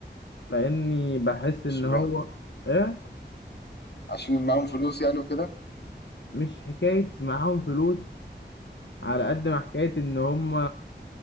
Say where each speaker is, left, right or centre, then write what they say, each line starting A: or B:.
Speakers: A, on the left; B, on the left.
A: لاني بحس ان
B: اشمعنى
A: هو ايه
B: عشان معاهم فلوس يعني وكده
A: مش حكاية معاهم فلوس على قد ما حكاية ان هم